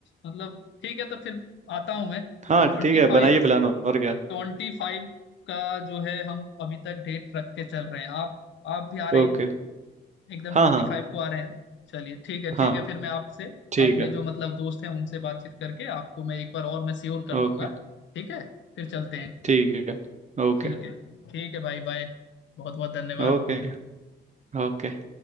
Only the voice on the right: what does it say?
हाँ ठीक है
बनाइए प्लान और क्या
ओके
हाँ
हाँ
हाँ
ठीक
है
ओके
ठीक है ओके
ओके ओके